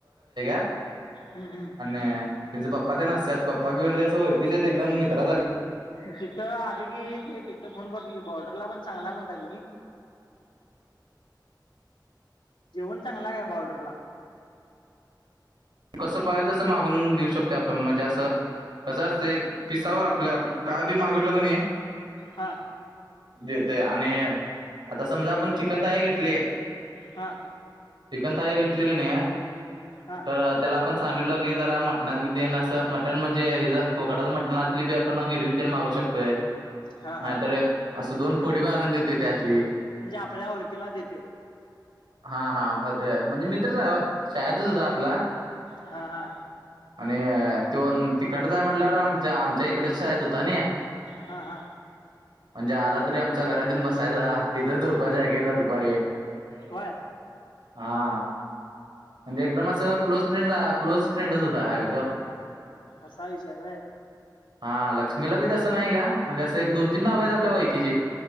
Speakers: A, on the right; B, on the left.
A: <unintelligible>
B: हम्म हम्म
A: आणि तेंच पप्पा ते न असल्यात, पप्पा बी म्हणजें ओळखीचे आहेत एकदम मित्रा सारखे
B: जिथं आले की ते तिथं फोन करतो की बॉर्डरला पण चांगला म्हणताय तुम्ही. जेवण चांगला काय बॉर्डर ला?
A: कसं पाहिजे तसं मागून घेऊ शकतो आपण म्हणजे असं <unintelligible>
B: हा
A: देते आणि आता समजा आपण चिकनथाळी घेतली
B: हा
A: चिकन थाळी घेतली की नाही
B: हा
A: तर <unintelligible> बोकाडाच मटणातील आपण गिरवी तिन मागु शकतोय
B: हा
A: नाही
B: हा
A: असं दोन फोडी पण आणून देते त्यातली
B: <unintelligible>
A: <unintelligible>
B: हा हा
A: आणि तो तिकडच आहे म्हटल्यावर आमच्या आमच्या इकडेच आहेत होता न.
B: हा हा
A: म्हणजे आला तरी आमच्या घरातून बसायचा तिथं झोपायचं ऐक एकदा दुपारी.
B: होय
A: हा म्हणजे एकदम
B: नाही तरी
A: अस क्लोज फ्रेंड क्लोज फ्रेंडच होता. तो
B: असा विषय आहे होय.
A: हा लक्ष्मीला बी तसं नाही घ्या म्हणजे असं एक दोन तीन ढाब आहेत. आपल्या वळकीचे.